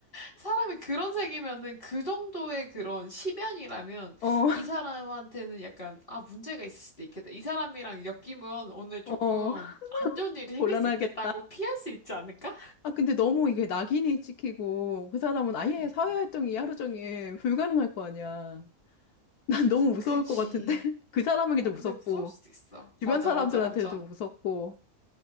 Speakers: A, on the left; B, on the left.
A: 사람이 그런 색이면은 그 정도의 그런 심연이라면
B: 어,
A: 이 사람한테는 약간 아 문제가 있을 수도 있겠다. 이 사람이랑 엮이면 오늘 조금
B: 어, 어. <laughs>
A: 안 좋은 일이 생길
B: 곤란하겠다.
A: 수 있겠다고 피할 수 있지 않을까?
B: 아, 근데 너무 이게 낙인이 찍히고 그 사람은 아예
A: 음,
B: 사회활동이
A: 음.
B: 하루 종일 불가능할 거 아니야. 난 너무 무서울
A: 그치.
B: 것 같은데? <laughs> 그 사람에게도
A: 어,
B: 무섭고.
A: 근데 무서울 수도 있어.
B: 주변
A: 맞아,
B: 사람들한테도
A: 맞아, 맞아.
B: 무섭고,